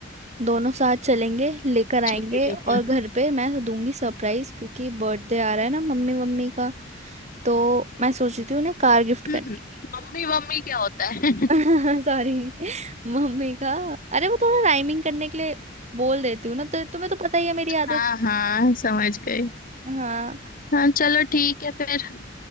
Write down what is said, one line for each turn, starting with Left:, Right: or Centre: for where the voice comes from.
Right: दोनों साथ चलेंगे लेकर आएंगे
Left: ठीक है ठीक
Right: और
Left: है
Right: घर पे मैं दूंगी सरप्राइज क्योंकि बर्थडे आ रहा है ना मम्मी मम्मी का तो मैं सोच रही थी उन्हें कार गिफ्ट करने
Left: हम्म,
Right: की
Left: मम्मी मम्मी क्या होता है <laughs>
Right: <laughs> सॉरी मम्मी का अरे वो थोड़ा राइमिंग करने के लिए बोल देती हूँ ना तो तुम्हें तो पता ही है मेरी आदत
Left: हाँ हाँ समझ गई
Right: हाँ
Left: हाँ चलो ठीक है फिर